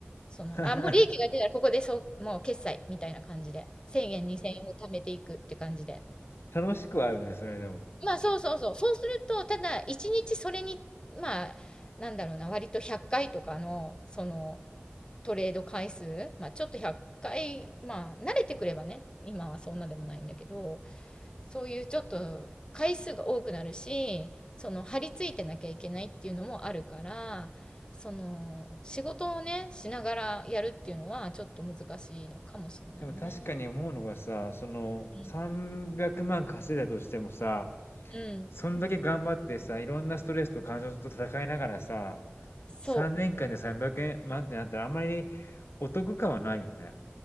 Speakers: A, on the left; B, on the left.
A: その、
B: <laughs>
A: あ、もう利益が出たらここでそう、もう決済みたいな感じで、1 0円、2000円を貯めていくって感じで。
B: 楽しくはあるね、それでも。
A: まあそうそうそう。そうすると、ただ一日それに、まあ、なんだろうな、割と100回とかの、そのトレード回数、まあちょっと100回、まあ慣れてくればね、今はそんなでもないんだけど、そういうちょっと回数が多くなるし、その張り付いてなきゃいけないっていうのもあるから、その仕事をね、しながらやるっていうのはちょっと難しいのかもしれないよね。
B: でも確かに思うのがさ、その300万稼いだとしてもさ、
A: うん。うん。
B: そんだけ頑張ってさ、いろんなストレスと感情と戦いながらさ、
A: そう。
B: 3年間で300万ってなったらあまりお得感はないよね。